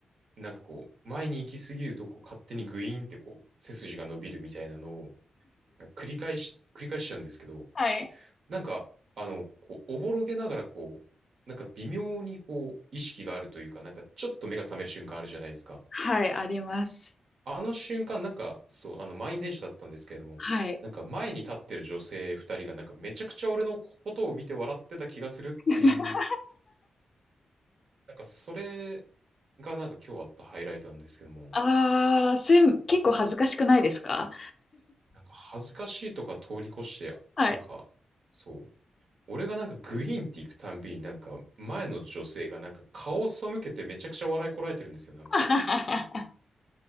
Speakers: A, on the right; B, on the left.
A: う、なんかこう、前に行き過ぎるとこう勝手にグイーンってこう、背筋が伸びるみたいなのを繰り返し、繰り返しちゃうんですけど、
B: はい。
A: なんか、あの、こう、おぼろげながらこう、なんか微妙にこう、意識があるというか、なんかちょっと目が覚める瞬間あるじゃないですか。
B: はい、あります。
A: あの瞬間、なんか、そう、あの、満員電車だったんですけれども、
B: はい。
A: なんか前に立ってる女性二人が、なんかめちゃくちゃ俺のことを見て笑ってた気がするっていう、
B: <laughs>
A: なんかそれがなんか今日あったハイライトなんですけども、
B: あー、そう結構恥ずかしくないですか
A: なんか恥ずかしいとか通り越して、
B: はい。
A: なんか、そう、俺がなんかグイーンって行くたんびに、なんか前の女性がなんか顔を背けてめちゃくちゃ笑いこらえてるんですよ、なんか。
B: <laughs>